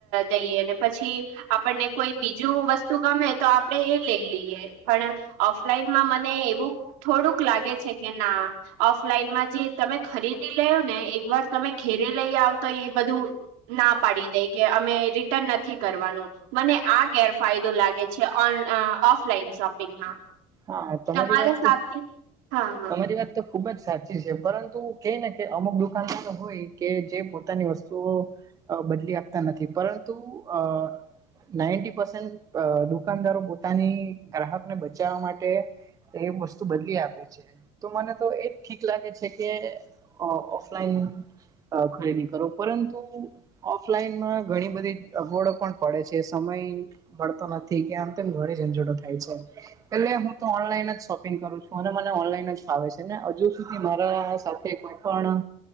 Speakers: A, on the right; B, on the right.
A: દઈએ અને પછી આપણને કોઈ બીજું વસ્તુ ગમે તો આપડે એ લઈ લઈએ પણ ઓફલાઈનમાં મને એવું થોડુંક લાગે છે કે ના ઓફલાઈનમાં જે તમે ખરીદી લે્યો ને એક વાર તમે ઘેરે લઈ આવતો એ બધું ના પાડી દે કે અમે રિટર્ન નથી કરવાનું. મને આ ગેરફાયદો લાગે છેન ઓફલાઈન શોપિંગમાં
B: હા તમારી
A: તમારે
B: વાત
A: સાથે
B: તો
A: હા હા
B: તમારી વાત તો ખુબ જ સાચી છે પરંતુ કઈ ને કે અમુક દુકાનદારો હોય કે જે પોતાની વસ્તુઓ બદલી આપતા નથી પરંતુ અ નાઇન્ટી પસેન્ટ દુકાનદારો પોતાની ગ્રાહકને બચાવવા માટે એ વસ્તુ બદલી આપે છે. તો મને તો એજ ઠીક લાગે છે કે ઓફલાઈન ખરીદી કરો પરંતુ ઓફલાઈનમાં ઘણી બધી અગવડો પણ પડે છે સમય મળતો નથી કે આમ તેમ ઘણી ઝંઝટો થાય છે એટલે હ તો ઓનલાઈન જ શોપિંગ કરું છું અને મને ઓનલાઈન જ ફાવે છે ને હજુ સુધી મારા સાથે કોઈ પણ